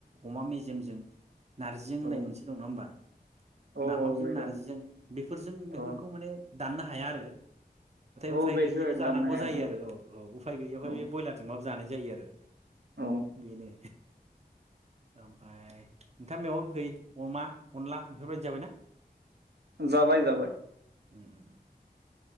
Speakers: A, on the right; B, on the right.
A: अमा मेजेमजों। नार्जिजों होननाय
B: औ
A: मोनसे दं नङा होमबा
B: औ
A: नाफामजों
B: औ बे
A: नारजिजों
B: दं
A: बेफोरजों
B: अ
A: बेफोरखौ माने दाननो हाया आरो
B: औ
A: उफाय
B: बेखौ
A: गैयियाव जानांगौ
B: दाननो हाया
A: जायो
B: ओं
A: आरो औ औ उफाय गैयियावहाय
B: औ
A: बे ब्रयलारजों माब जानाय जायो आरो
B: औ
A: बेनो ओमफाय नोंथाङा मेवागोखै अमा अनला बेफोरबायदि जाबायना?
B: जाबाय जाबाय।
A: उम उम।